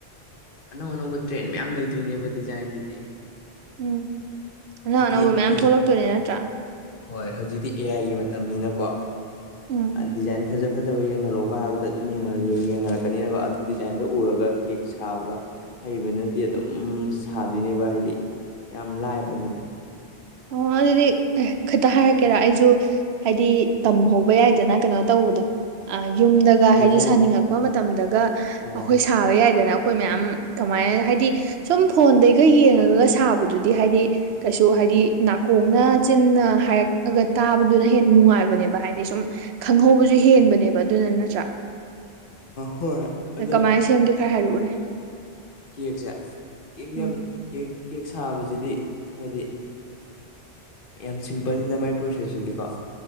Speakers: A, on the left (about 55°); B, on the right (about 75°).
A: ꯑꯅꯧ ꯑꯅꯧꯕ ꯇ꯭ꯔꯦꯟ ꯃꯌꯥꯝ ꯂꯩꯇ꯭ꯣꯏꯅꯦꯕ ꯗꯤꯖꯥꯏꯟꯁꯤꯗꯤ
B: ꯎꯝ ꯑꯅꯧ
A: ꯍꯥꯏꯗꯤ
B: ꯑꯅꯧꯕ ꯃꯌꯥꯝ
A: ꯍꯧꯖꯤꯛꯇꯤ
B: ꯊꯣꯛꯂꯛꯇꯣꯏꯅꯦ ꯅꯠꯇ꯭ꯔꯥ
A: ꯍꯣꯏ ꯍꯧꯖꯤꯛꯇꯤ ꯑꯦ ꯑꯥꯏꯒꯤ ꯃꯇꯝꯅꯤꯅꯀꯣ
B: ꯎꯝ
A: ꯗꯤꯖꯥꯏꯟ ꯐꯖ ꯐꯖꯕ ꯌꯦꯡꯍꯜꯂꯣꯒ ꯍꯥꯏꯕꯗ ꯑꯗꯨꯝ ꯌꯦꯡꯍꯜꯂꯛꯀꯅꯤꯅꯀꯣ ꯑꯗꯨ ꯗꯤꯖꯥꯏꯟꯗꯣ ꯎꯔꯒ ꯀꯦꯛ ꯁꯥꯕ ꯍꯩꯕꯅꯗꯤ ꯑꯗꯨꯝ ꯁꯥꯗꯣꯏꯅꯦꯕ ꯍꯥꯏꯗꯤ ꯌꯥꯝ ꯂꯥꯏꯕꯅꯤꯗ
B: ꯑꯣ ꯑꯗꯨꯗꯤ ꯈꯛꯇ ꯍꯥꯏꯔꯛꯀꯦꯔ ꯑꯩꯁꯨ ꯍꯥꯏꯗꯤ ꯇꯝꯍꯧꯕ ꯌꯥꯏꯗꯅ ꯀꯩꯅꯣ ꯇꯧꯕꯗ ꯑ ꯌꯨꯝꯗꯒ
A: ꯗꯤꯖꯥꯏꯟꯒꯤ
B: ꯍꯥꯏꯗꯤ ꯁꯥꯅꯤꯡꯉꯛꯄ ꯃꯇꯝꯗꯒ
A: ꯑ
B: ꯑꯩꯈꯣꯏ ꯊꯥꯕ ꯌꯥꯏꯗꯅ ꯑꯩꯈꯣꯏ ꯃꯌꯥꯝ ꯀꯃꯥꯏꯅ ꯍꯥꯏꯗꯤ ꯁꯨꯝ ꯐꯣꯟꯗꯩꯒ ꯌꯦꯡꯉꯒꯒ ꯁꯥꯕꯗꯨꯗꯤ ꯍꯥꯏꯗꯤ ꯀꯩꯁꯨ ꯍꯥꯏꯗꯤ ꯅꯥꯀꯣꯡꯅ ꯆꯤꯟꯅ ꯍꯥꯏꯔꯛꯑꯒ ꯇꯥꯕꯗꯨꯅ ꯍꯦꯟꯅ ꯅꯨꯡꯉꯥꯏꯕꯅꯦꯕ ꯍꯥꯏꯗꯤ ꯁꯨꯝ ꯈꯪꯍꯧꯕꯁꯨ ꯍꯦꯟꯕꯅꯦꯕ ꯑꯗꯨꯅ ꯅꯠꯇ꯭ꯔꯥ
A: ꯍꯣꯏ ꯑꯗꯣ
B: ꯀꯃꯥꯏꯅ ꯁꯦꯝꯒꯦ ꯈꯔ ꯍꯥꯏꯔꯛꯎꯅꯦ
A: ꯀꯦꯛꯁꯦ ꯀꯦꯛ
B: ꯎꯝ
A: ꯌꯥꯝ ꯀꯦꯛ ꯀꯦꯛ ꯁꯥꯕꯁꯤꯗꯤ ꯍꯥꯏꯗꯤ ꯌꯥꯝ ꯁꯤꯝꯄꯜꯅꯤꯅ ꯃꯥꯏ ꯄ꯭ꯔꯣꯁꯦꯁꯁꯤꯗꯤꯀꯣ